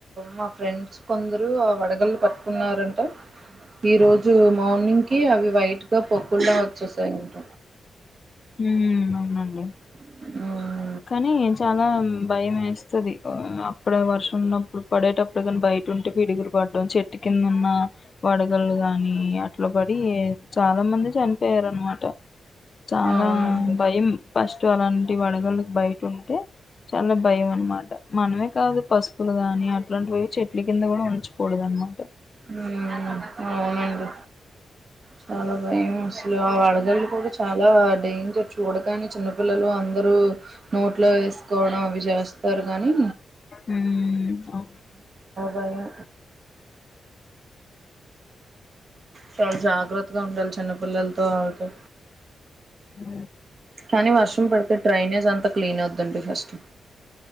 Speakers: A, on the right; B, on the left.
A: మా ఫ్రెండ్స్ కొందరు ఆ వడగల్లు పట్టుకున్నారంట ఈ రోజు మార్నింగ్ కి అవి వైట్ గా పొక్కుల్లా వచ్చేసాయి అంట
B: ఉమ్ అవునండి
A: ఆ
B: కానీ చాలా భయం వేస్తది అప్పుడే వర్షం ఉన్నప్పుడు పడేటప్పు డు కానీ బయట ఉంటే పిడుగులు పడ్డం చెట్ ట్ కింద ఉన్న వడగళ్ళు గాని అట్లా పడి చాలా మంది చనిపోయారు అనమాట చాలా
A: అవునండి
B: భయం పష్ టు అలాంటి వడగళ్లు బయట ఉంటే చాలా భయం అనమాట మనమే కాదు పసుపులు గాని అట్లాంటివి ఏవి చెట్ల కింద కూడా ఉంచకూడదు అనమాట
A: మ్ అవునండి చాలా భయం అసలు ఆ వడగళ్లు కూడా చాలా డేంజర్ చూడగాని చిన్నపిల్లలు అందరూ నోట్లో వేస్ కోడం అవి చేస్తారు కానీ
B: ఉమ్ అవును
A: భయమే చాల జాగ్రత్తగా ఉండాలి చిన్నపిల్లలతో ఆల్తో
B: ఉ
A: కానీ వర్షం పడితే ట్రైనే క్లీన్ వద్దండి ఫస్ట్